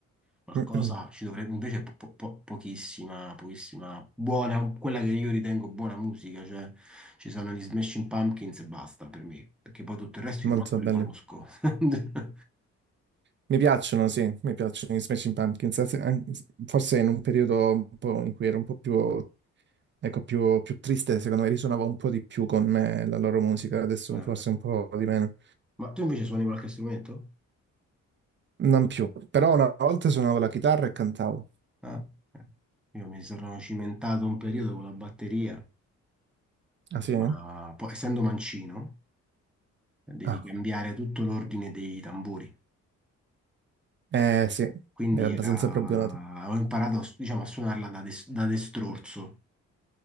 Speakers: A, in the centre; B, on the right.
A: qualcosa
B: Mm-mm,
A: ci dovrebbe, invece po- po- po- pochissima, pochissima, buona, quella che io ritengo buona musica, cioè ci sono gli Smashing Pumpkins e basta per me, perché poi tutto il resto
B: Molto
A: io manco
B: belli.
A: li conosco. <laughs>
B: Mi piacciono, sì, mi piacciono i Smashing Pumpkins. anzi, an- Forse in un periodo un po' in cui ero un po' più, ecco, più, più triste, secondo me risuonava un po' di più con me la loro musica, adesso
A: Ma,
B: forse un po' di meno.
A: ma tu invece suoni qualche strumento?
B: Non più. Però una volta suonavo la chitarra e cantavo.
A: Ah, eh. io mi sono cimentato un periodo con la batteria,
B: Ah sì?
A: ma poi essendo mancino devi
B: Ah.
A: cambiare tutto l'ordine dei tamburi.
B: Eh sì,
A: Quindi
B: è abbastanza
A: era...
B: problematico.
A: ho imparato a s- diciamo, a suonarla da, des- da destrorso,